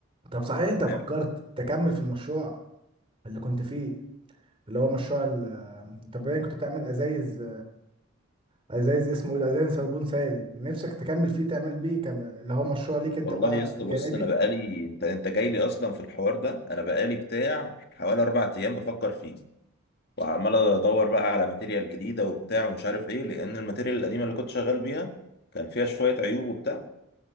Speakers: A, on the right; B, on the left.
A: طب صحيح انت
B: فاهم
A: فكرت تكمل في المشروع اللي كنت فيه اللي هو مشروع ال- انت باين كنت بتعمل ازايز ازايز اسمه ايه ازايز صابون سائل نفسك تكمل فيه تعمل بيه كب... اللي هو مشروع ليك انت
B: والله
A: بقى
B: يا اسطى
A: الجانبي
B: بص انا بقالي انت انت جاي لي اصلا في الحوار ده انا بقالي بتاع حوالي اربع ايام بفكر فيه وعمال ادور بقى على ماتيريال جديده وبتاع ومش عارف ايه لان الماتيريال القديمه اللي كنت شغال بيها كان فيها شويه عيوب وبتاع